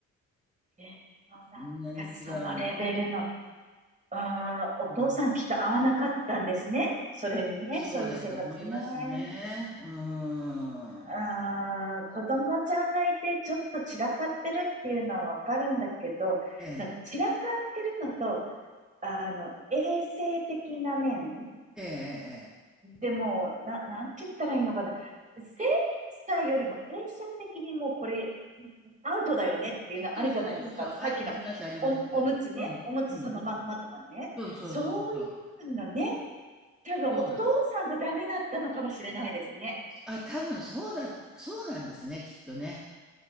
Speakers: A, on the right; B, in the centre.
A: でもなんかそのレベルの
B: こんなに違うん、
A: ああ、お父さんきっと合わなかったんですね。
B: うん、
A: それにね、
B: そうだと思いますね。
A: そういう生活ね。
B: うーん。
A: ああ、子供ちゃんがいてちょっと散らかってるっていうのはわかるんだけど、
B: ええ、
A: その散らかってるのと、あの、衛生的な面
B: ええ、ええ。ええ
A: でもう、な、なんて言ったらいいのかな。清潔さよりも衛生的にもうこれアウトだよねっていうのあるじゃないですか。
B: そうそうそうそう。
A: さっきのお、
B: あ、あります、あります。
A: おむつね。
B: うん、うん、
A: おむつそのまんまとかね。
B: うん。そうそうそうそう。
A: そういうのね。多分お父さんがダメだったのかもしれないですね。
B: そうなの。あ、多分そうだ、そうなんですね、きっとね。